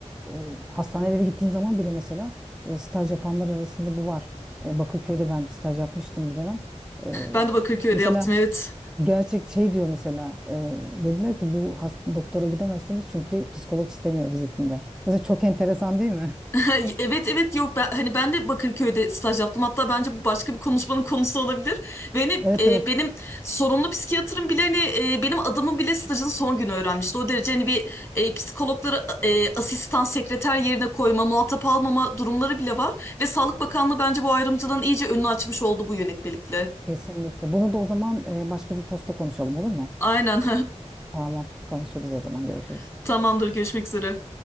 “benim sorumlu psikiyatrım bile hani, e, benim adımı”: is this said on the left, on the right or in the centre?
Left